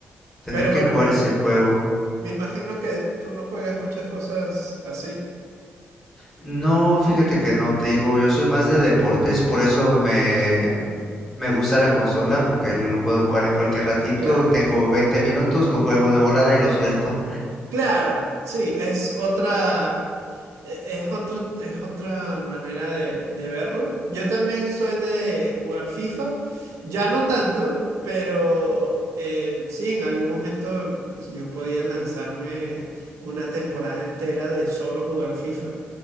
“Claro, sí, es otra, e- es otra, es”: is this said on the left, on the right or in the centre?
Right